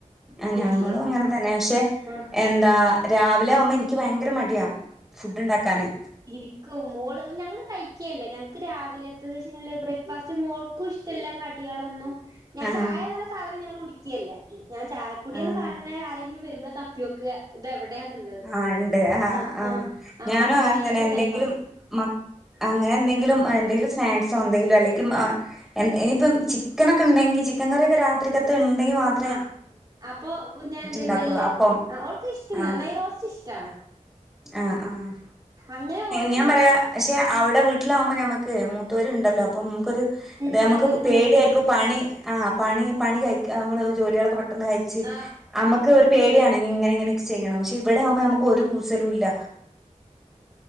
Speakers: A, in the centre; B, on the right (about 30°).
A: ആ
B: വീട്ടില്
A: ഞങ്ങളും അങ്ങനെ
B: ആ
A: തന്നെ പക്ഷെ
B: ആ
A: എൻ ന്താ രാവിലെ ആവുമ്പോ എനിക്ക് ഭയങ്കര മടിയാ ഫുഡ് ഉണ്ടാക്കാന്
B: ഇരിക്കും മോള് ഞങ്ങള് കഴിക്കയല്ലേ ഞങ്ങക്ക് രാവിലെ ഏദേശങ്ങളിലെ ബ്രേ ഫാസ്റ്റ് മോൾക്കും ഇഷ്ടമല്ല കടികളൊന്നും ഞാൻ
A: ആഹ്
B: ചായേന്നർഞ സാധനം ഞങ്ങള് കുടി ക്കിയല്ല ഞാൻ ചായപ്പൊടി
A: ആഹ്
B: എന്ന സാധനം ആരെങ്കിലും വരുമ്പ തപ്പിയോക്കുക ഇതെവിടെയാന്നുള്ളത്
A: ആഹ് ഉണ്ട് ആഹ്
B: ആ
A: ആഹ്
B: ആ അപ്പൊ
A: ഞാനും
B: അങ്ങനെ
A: തന്നെ
B: എടുത്ത
A: എന്തെങ്കിലും
B: ടൈപ്പാ
A: മ അങ്ങനെ എന്തെങ്കിലും എന്തെങ്കിലും സ്നാക്സോ എന്തെങ്കിലും അല്ലെങ്കിൽ ഇനിയിപ്പം ചി ക്കനൊക്കെ ഉണ്ടെങ്കി ചിക്കൻ കറിയൊക്കെ രാത്രിക്കത്തെ ഉണ്ടെങ്കി മാത്രം
B: ആ അപ്പൊ ഞാൻന്തെയും
A: ഉണ്ടാക്കുള്ളൂ
B: മെല്ലെ
A: അപ്പം
B: ആ ഓൾക്ക് ഇഷ്ടന്ന
A: ആഹ്
B: നെയ്റോസ്റ്റ് ഇഷ്ടാണ്
A: ആഹ് ആഹ്
B: അങ്ങനെ ഓരോരോ
A: ഞാൻ പറയാ പക്ഷെ അവിടെ വീട്ടിലാകുമ്പോ ഞമ്മുക്ക് മൂത്തോര് ഇണ്ടല്ലോ അപ്പൊ നമുക്കൊരു അതെ
B: ഉണ്ടാക്കാതിരിക്കാൻ
A: നമുക്ക് പേടിയായിരിക്കും
B: പറ്റില്ല
A: പണി ആ പണി പണി കഴ്ക്ക നമ്മള് ജോലികളൊക്കെ പെട്ടെന്ന് കയ്ച്ച്
B: ആഹ്
A: അമ്മക്ക് ഒരു പേടിയാണ് ഇങ്ങനെങ്ങനെയൊക്കെ ചെയ്യണംന്ന് പക്ഷെ ഇവിടെവുമ്പോ അമക്ക് ഒരു കൂ സലും ഇല്ല